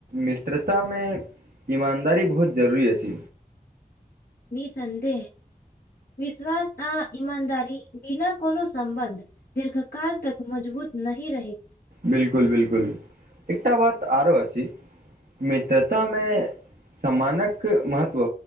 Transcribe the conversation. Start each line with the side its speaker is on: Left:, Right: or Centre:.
Right: मित्रता में ईमानदारी बहुत जरूरी अछि
Left: निःसंदेह विश्वास आ इमानदारी बिना कोनो सम्बन्ध दीर्घ काल तक मजबूत नइ रही
Right: बिलकुल बिलकुल एकटा बात आरो अछि मित्रता में सम्मानक महत्व